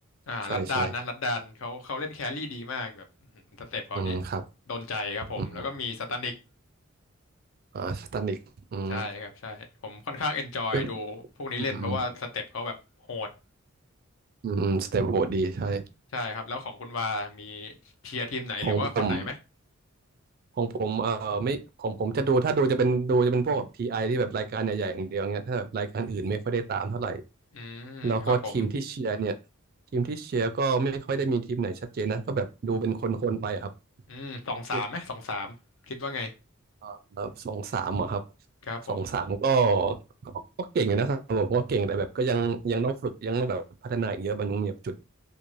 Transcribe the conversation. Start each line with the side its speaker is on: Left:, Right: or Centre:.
Left: อ่ารัดดานนะรัดดานเขาเขาเล่นแครี่ดีมากแบบอื้อหือสเต็ปเขานี่
Right: ใช่ใช่อืมครับ
Left: โดนใจครับผมแล้วก็มีสตานิก
Right: อืมอ่าสตันิกอืม
Left: ใช่ครับใช่ผมค่อนข้างเอนจอยดูพวกนี้เล่นเพราะว่าสเต็ปเขาแบบโหด
Right: ก็อืมอืมอืมสเตปโหดดีใช่
Left: ใช่ครับแล้วของคุณวามีเชียร์ทีมไหนหรือว่าคนไหนไหม
Right: ของผม ของผมเอ่อไม่ของผมจะดูถ้าดูจะเป็นดูจะเป็นพวกแบบทีไอที่แบบรายการใหญ่ๆอย่างเดียวเงี้ยถ้าแบบรายการอื่นไม่ค่อยได้ตามเท่าไหร่
Left: อืมครับผม
Right: แล้วก็ทีมที่เชียร์เนี่ยทีมที่เชียร์ก็ไม่ค่อยได้มีทีมไหนชัดเจนนะก็แบบดูเป็นคนๆไปอะครับ
Left: อืมสองสามไหมสองสามคิดว่าไง
Right: คือเอ่อสองสามอะครับ
Left: ครับผม
Right: สองสามก็ก็ก็เก่งอยู่นะครับผมก็เก่งแต่แบบก็ยังยังต้องฝึกยังต้องแบบพัฒนาอีกเยอะมันยังมีแบบจุด